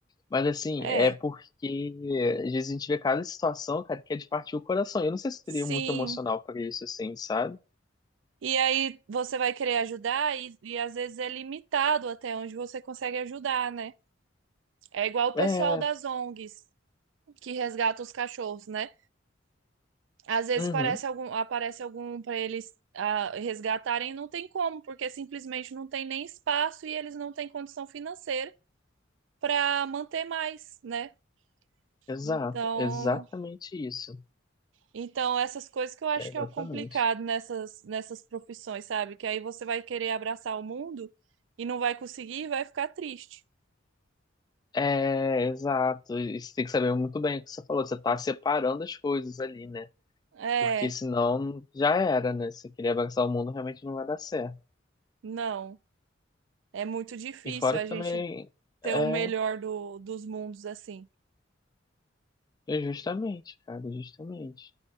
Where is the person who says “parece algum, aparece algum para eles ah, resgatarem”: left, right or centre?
Right